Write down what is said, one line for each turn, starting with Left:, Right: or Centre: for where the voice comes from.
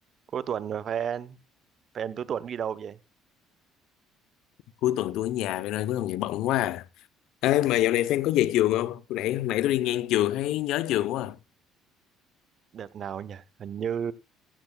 Right: Cuối tuần rồi phải anh Phải cuối tuần đi đâu vậy?
Left: cuối tuần tôi ở nhà vậy nên cuối tuần này bận quá à. Ê, mà dạo này Phan có về trường không? Hồi nãy, nãy tôi đi ngang trường thấy nhớ trường quá à.
Right: Đợt nào nhỉ? Hình như